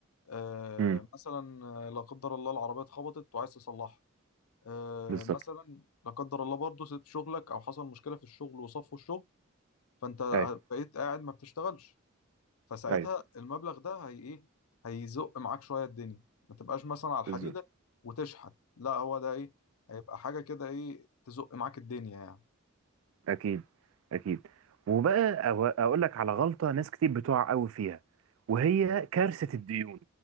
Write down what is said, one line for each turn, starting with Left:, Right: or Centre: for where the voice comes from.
Left: آه
Right: امم
Left: مثلا آه، لا قدر الله العربية اتخبطت وعايز تصلحها آه
Right: بالظبط
Left: مثلا لا قدر الله برضه سبت شغلك او حصل مشكلة في الشغل وصفوا الشغل فانت
Right: ايوه
Left: بقيت قاعد ما بتشتغلش فساعتها
Right: ايوه
Left: المبلغ ده هي ايه هيزق معاك شويه الدنيا ما تبقاش مثلا على الحديده
Right: بالظبط
Left: وتشحت لا هو ده ايه هيبقى حاجه كده ايه تزق معاك الدنيا يعني
Right: اكيد اكيد وبقى أو- اقول لك على غلطه ناس كتير بتقع قوي فيها وهي كارثه الديون